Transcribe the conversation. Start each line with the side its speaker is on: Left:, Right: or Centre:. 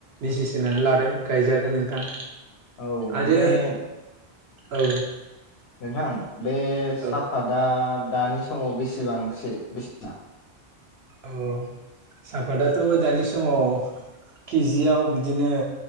Right: डिसिसननानै लादों गायजागोन। नोंथां।
Left: औ ओमफ्राय
Right: आरो औ।
Left: नोंथां बे साफादा
Right: औ
Left: दानि सम समाव बेसेबांसो बेसेना?
Right: औ सापाताथ' दानि समाव किजियाव बिदिनो